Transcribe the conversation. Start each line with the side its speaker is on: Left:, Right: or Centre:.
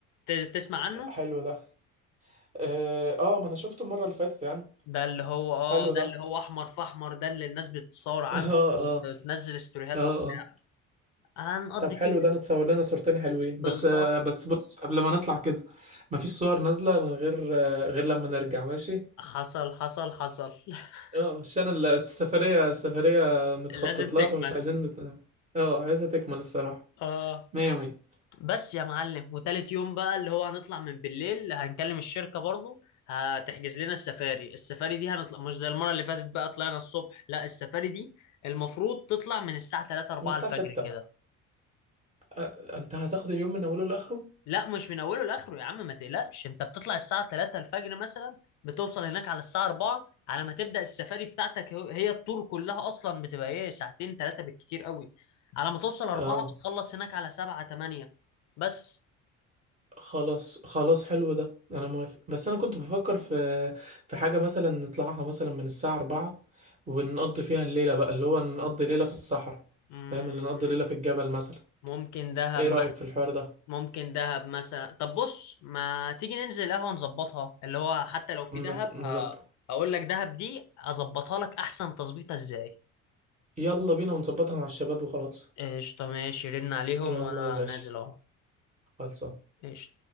Left: ت- تسمع عنه
Right: حلو ده اه آه، ما انا شفته المره اللي فاتت يعني
Left: ده اللي هو اه
Right: حلو
Left: ده
Right: ده
Left: اللي هو احمر في احمر ده اللي الناس بتتصور
Right: <laughs>
Left: عنه
Right: اه اه
Left: وتنزل ستوريهات
Right: اه
Left: وبتاع.
Right: اه
Left: هنقضي
Right: طب حلو
Left: فيه اليوم
Right: ده نتصور لنا صورتين حلوين
Left: بالظبط
Right: بس آه، بس بص قبل ما نطلع كده مفيش صور نازلة من غير آه، غير لما نرجع ماشي
Left: حصل حصل حصل <laughs>
Right: اه عشان ال- السفرية السفرية متخطط
Left: لازم تكمل
Right: لها فمش عايزين نت- اه عايزة تكمل الصراحة
Left: اه
Right: مية مية
Left: بس يا معلم وتالت يوم بقى اللي هو هنطلع من بالليل هنكلم الشركة برضو هتحجز لنا السفاري السفاري دي هنطلع مش زي المرة اللي فاتت بقى طلعنا الصبح لا السفاري دي المفروض تطلع من الساعة 3 4
Right: من الساعة
Left: الفجر
Right: ستة
Left: كده
Right: آه، انت هتاخد اليوم من اوله لاخره
Left: لا مش من اوله لاخره يا عم ما تقلقش انت بتطلع الساعة 3 الفجر مثلا بتوصل هناك على الساعة 4 على ما تبدأ السفاري بتاعتك هو- هي الطور كلها اصلا بتبقى ايه ساعتين ثلاثة بالكتير قوي على ما توصل 4
Right: اه
Left: بتخلص هناك على 7 8 بس
Right: خلاص خلاص حلو ده انا موافق بس انا كنت بفكر في في حاجه مثلا نطلعها مثلا من الساعه 4 ونقضي فيها الليله بقى اللي هو نقضي ليله في الصحراء
Left: مم.
Right: فاهم اللي نقضي ليله في الجبل مثلا
Left: ممكن دهب
Right: ايه رايك في الحوار ده
Left: ممكن دهب مثلا طب بص ما تيجي ننزل قهوة نظبطها اللي هو حتى لو في دهب
Right: نس-
Left: ه...
Right: نظبط
Left: هقول لك دهب دي اظبطها لك احسن تظبيطة ازاي
Right: يلا بينا ونظبطها مع الشباب وخلاص
Left: قشطة ماشي رن عليهم
Right: يلا
Left: وانا
Right: يا باشا
Left: نازل اهو
Right: خلصان
Left: قشطة